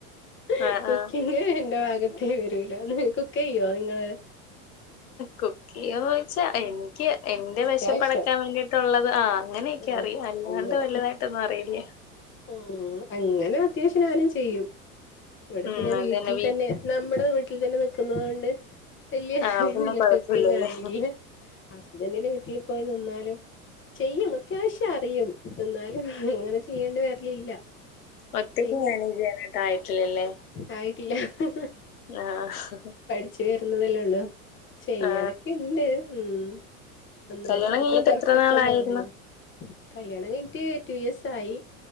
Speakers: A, on the left (about 25°); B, on the left (about 80°).
A: ഹ്
B: ആ
A: കുക്കിങ്
B: ആ
A: എന്റെ ഭാഗത്തേ വരൂല കുക്ക് ചെയ്യോ നിങ്ങള്.
B: കുക്കിന്ന് ചോദച്ചാ എനിക്ക് എന്റെ
A: അത്യാവശ്യം
B: വിശപ്പെടക്കാൻ വേണ്ടിട്ട് ള്ളത് ആ അങ്ങനെയൊക്കെ
A: ഉം
B: അറിയാം അല്ലാണ്ട്
A: അങ്ങനെ
B: വലുതായിട്ടൊന്നും അറിയില്ല.
A: ഉം അങ്ങനെ അത്യാവശ്യം ഞാനും ചെയ്യും ഇവിടെ
B: ഉം
A: പിന്നെ വീട്ടിൽ
B: അതന്നെ വി
A: തന്നെ നമ്മുടെ വീട്ടിൽ തന്നെ നിക്കുന്നുന്നത് കൊണ്ട് വലിയീതില്ല
B: ആ പിന്നെ കൊഴപ്പില്ലല്ലേ
A: കുക്കിംഗ് അറിയില്ല. ഹസ്ബൻറിന്റെ വീട്ടിൽ പോയി നിന്നാലും ചെയ്യും അത്യാവശ്യം അറിയും എന്നാലും അങ്ങനെ ചെയ്യേണ്ടി വരലില്ല.
B: ഒറ്റയ്ക്ക്
A: ചെയ്യും
B: മാനേജ് ചെയ്യാനായിട്ട് ആയിട്ടില്ലല്ലേ.
A: ആയിട്ടില്ല ഹ ഹേ.
B: ആഹ്
A: പഠിച്ചവരുന്നതല്ലേ ഉള്ളൂ ചെയ്യലൊക്കെ
B: ആ
A: ഉണ്ട് ഉം എന്നാലും
B: കല്യാണം
A: അത്ര
B: കഴിഞ്ഞിട്ട്
A: പെർഫെക്റ്റ്
B: എത്ര നാളായിരുന്നു
A: ഒന്നാണില്ല. കല്യാണം കഴിഞ്ഞിട്ട് ടു ഇയേർസ് ആയി